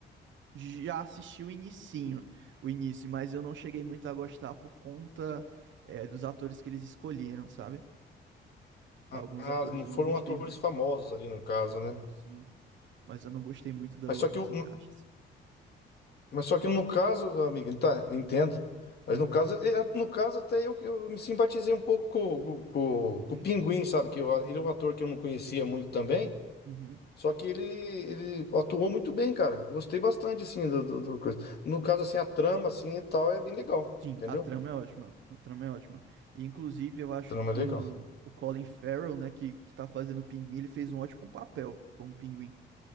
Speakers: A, on the right; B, on the left.
A: Já assisti o inicinho, o início, mas eu não cheguei muito a gostar por conta, é, dos atores que eles escolheram, sabe? Alguns
B: Ah,
A: atores
B: não
A: eu
B: foram
A: não gostei
B: atores
A: muito,
B: famosos ali no caso, né?
A: sim, sim, mas eu não gostei muito do-
B: Mas só
A: dos
B: que o-
A: encaixes.
B: Mas só que no caso, amiga, tá, entendo. Mas
A: Uhum,
B: no caso, é, no caso até eu, eu me simpatizei um pouco com, com,
A: uhum,
B: com o Pinguim, sabe? Que eu-
A: uhum,
B: ele é um ator que eu não conhecia muito também.
A: uhum.
B: Só que ele, ele atuou muito bem, cara. Gostei bastante, assim, do, do, do coisa. No caso, assim, a trama, assim, e tal, é bem legal.
A: Sim,
B: Entendeu?
A: a trama é ótima, a trama é ótima. E, inclusive, eu acho
B: Trama
A: que
B: é legal.
A: o, o Colin Farrell, né, que, que tá fazendo o Pinguim, ele fez um ótimo papel como Pinguim.